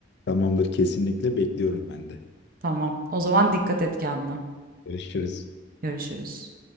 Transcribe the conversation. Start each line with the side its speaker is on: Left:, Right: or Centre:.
Left: Tamamdır, kesinlikle bekliyorum ben de.
Right: Tamam. O zaman dikkat et kendine.
Left: Görüşürüz.
Right: Görüşürüz.